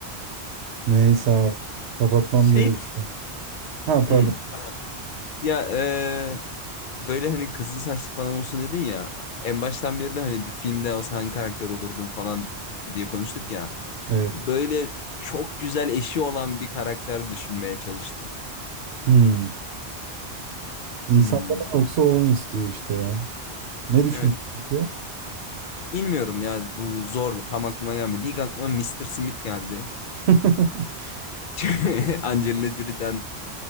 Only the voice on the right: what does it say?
Neyse abi. Kapatmam
gerekiyor.
Ha pardon.
Evet.
Hmm. İnsanlardan
yoksa onu istiyor işte ya. Ne düşündün
peki?
<laughs>